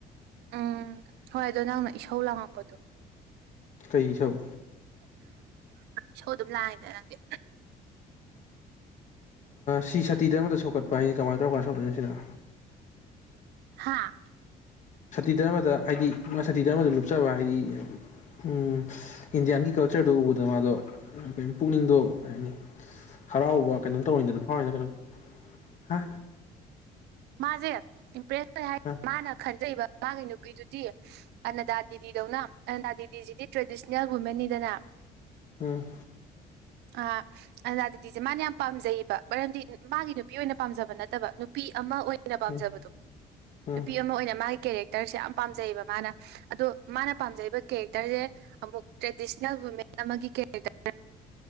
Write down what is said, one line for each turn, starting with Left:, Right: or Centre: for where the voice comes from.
Right: ꯎꯝ ꯍꯣꯏ ꯑꯗꯣ ꯅꯪꯅ ꯏꯁꯧ ꯂꯥꯡꯉꯛꯄꯗꯣ
Left: ꯀꯩ ꯏꯁꯧ
Right: ꯁꯣ ꯑꯗꯨꯝ ꯂꯥꯛꯑꯅꯦ ꯅꯪꯗꯤ
Left: ꯁꯤ ꯁꯇꯤꯗ ꯑꯃꯗ ꯁꯣꯛꯀꯠꯄ ꯍꯥꯏꯅꯤ ꯀꯃꯥꯏꯅ ꯇꯧꯔꯀꯥꯟ ꯁꯣꯛꯗꯣꯏꯅꯣ ꯁꯤꯅ
Right: ꯑ
Left: ꯁꯇꯤ ꯗꯙꯔꯃꯗ ꯍꯥꯏꯗꯤ ꯃꯥ ꯁꯇꯤ ꯗꯙꯔꯃꯗ ꯂꯨꯞꯆꯕ ꯍꯥꯏꯗꯤ ꯎꯝ ꯏꯟꯗꯤꯌꯥꯟꯒꯤ ꯀꯜꯆꯔꯗꯨꯣ ꯎꯕꯗ ꯃꯥꯗꯣ ꯀ ꯄꯨꯛꯅꯤꯡꯗꯣ ꯀꯅꯤ
Right: ꯑ
Left: ꯍꯔꯥꯎꯕ ꯀꯩꯅꯣꯝ ꯇꯧꯔꯤꯏꯗꯅ ꯐꯥꯎꯏꯅ ꯀꯩꯅꯣꯝ ꯍꯥ
Right: ꯃꯥꯁꯦ ꯏꯝꯄ꯭ꯔꯦꯁ ꯑꯣꯏ ꯍꯥꯏ
Left: ꯍꯥ
Right: ꯃꯥꯅ ꯈꯟꯖꯩꯕ ꯃꯥꯒꯤ ꯅꯨꯄꯤꯗꯨꯗꯤ ꯑꯅꯗꯥ ꯗꯦꯗꯤꯗꯧꯅ ꯑꯅꯗꯥ ꯗꯦꯗꯤꯖꯤꯗꯤ ꯇ꯭ꯔꯦꯗꯤꯁꯅꯦꯜ ꯋꯨꯃꯦꯟꯅꯤꯗꯅ
Left: ꯎꯝ
Right: ꯑꯥ ꯑ ꯑꯗꯨꯗꯤꯁꯦ ꯃꯥꯅ ꯌꯥꯝ ꯄꯥꯝꯖꯩꯌꯦꯕ ꯃꯔꯝꯗꯤ ꯃꯥꯒꯤ ꯅꯨꯄꯤ ꯑꯣꯏꯅ ꯄꯥꯝꯖꯕ ꯅꯠꯇꯕ ꯅꯨꯄꯤ ꯑꯃ ꯑꯣꯏꯅ ꯄꯥꯝꯖꯕꯗꯣ
Left: ꯎꯝ ꯎꯝ
Right: ꯅꯨꯄꯤ ꯑꯃ ꯑꯣꯏꯅ ꯃꯥꯒꯤ ꯀꯦꯔꯦꯛꯇꯔꯁꯦ ꯌꯥꯝ ꯄꯥꯝꯖꯩꯌꯦꯕ ꯃꯥꯅ ꯑꯗꯣ ꯃꯥꯅ ꯄꯥꯝꯖꯩꯕ ꯀꯦꯛ ꯦꯛꯇꯔꯁꯦ ꯑꯃꯨꯛ ꯇ꯭ꯔꯦꯗꯤꯁꯅꯦꯜ ꯋꯨꯃꯦꯟ ꯑꯃꯒꯤ ꯀꯦꯔꯦꯛꯇꯔ